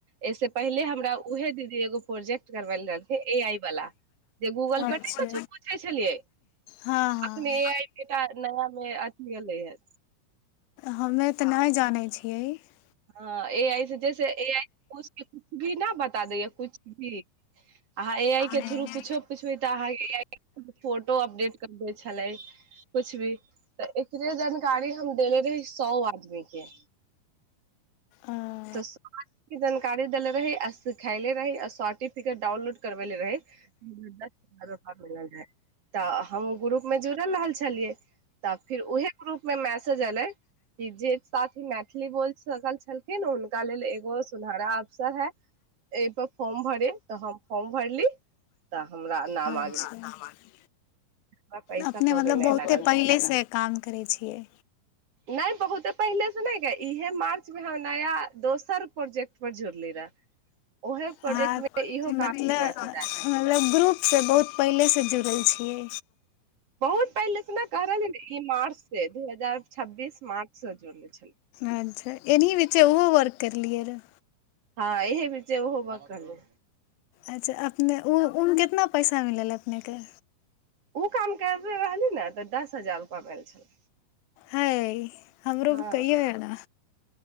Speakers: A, on the right; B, on the left.
A: एहिस पहिले हमरा उहे दीदी एगो प्रोजेक्ट करबेल रहलथिे ए आई वाला जे गूगल
B: अच्छा
A: पर ने कुछो पूछे छलियै
B: हँ हँ
A: अखने ए आइ केटा नाम मे आत्मीय लै ह
B: हमे तऽ नहि जानै छीै ह
A: ह ए आइ से जैसे ए आइ कछु भी न बता दैया कुछ भी अहाँ ए आइ
B: हँ
A: के थ्रू कुछो पुछबै तऽ अहाँ ए आइ के फोटो अपडेट कर द छलै कछ भी तऽ एकरे जानकारी हम देले रही सए आदमी के
B: ओ
A: तऽ सब जानकारी देेले रही आ सिखले रही आ सर्टिफिकेट डाउनलोड करबेेले रही दस हजार रूपआ मिलल रहै तऽ हम ओ ग्रुप मे जुड़ल रहल छलियै तऽ फिर उहे ग्रुप मे मैसेज एले कि जे साथी मैथिली बोल सकल छलख न हुनका लेल एगो सुनहरा अफसर है एहि पर फॉर्म भरे तऽ हम फॉर्म भरली तऽ हमरा नाम
B: अच्छा
A: आ गेल
B: अच्छा
A: हमरा पैसा
B: अपने
A: कोनो
B: मतलब
A: नहि
B: बहुते
A: लागल
B: पहिलेसँ काम करै छियै
A: नहि बहुते पहिले से नहि इहे मार्च मे हम नया दोसर प्रोजेक्ट पर जुड़ली रहे ओहे प्रोजेक्ट
B: अहाँ
A: मे
B: मतलब
A: इहो काम के मैसेज आयल
B: मतलब ग्रुप से बहुत पहिले से खै छियै
A: बहुत पहिले त ने कह रहल ई मार्च से दू हजार छब्बीस मार्च से जुड़ने छलै
B: अच्छा एना बीचे ओहो वर्क करलियै रऽ
A: हँ इहे भीच होब कलू
B: अच्छा अपने ओ ओहिमे कितना पैसा मिललक नहिगर
A: ओ काम करे रहली ने तऽ दस हजार रुपा भेल छलै
B: हइ हमरो
A: हँ
B: कहिो य ने